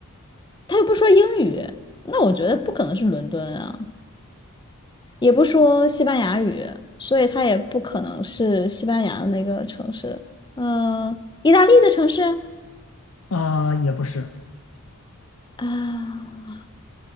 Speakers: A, on the left; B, on the left.
A: 他又不说英语，那我觉得不可能是伦敦啊，也不说西班牙语，所以他也不可能是西班牙的那个城市。嗯、意大利的城市啊，
B: 啊、也不是，
A: 啊